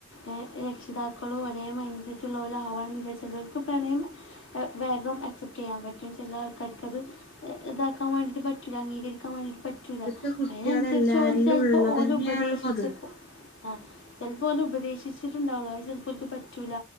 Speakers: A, on the left; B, on the left.
A: ഏഹ് ഏഹ് രക്ഷിതാക്കളും ഒരേ മൈൻഡ് സെറ്റ് ഇള്ളോര് ആവ വിചാരിച്ച ഇവർക്ക് പ്രണയം വേഗം ആക്സെപ്റ്റ് ചെയ്യാൻ പറ്റും ചില ആൾക്കാർക്ക് അത് ഇതാക്കാൻ വേണ്ടിയിട്ട് പറ്റൂല അംഗീകരിക്കാൻ വേണ്ടിട്ട് പറ്റൂല്ല
B: ഇപ്പത്തെ കുട്ടികളെല്ലാരിലും
A: അയി ആനുസരിച്ച് ഓന് ചെപ്പോ
B: ഉള്ളതന്നെയാണല്ലോ
A: ഓനെ ഉപദേശിച്ചപ്പൊ
B: അത്
A: ആഹ് ചെലാപ്പോ ഓനെ ഉപദേശിച്ചിട്ടുണ്ടാവുള്ളു അത് ചിലപ്പോൾക്ക് പറ്റൂല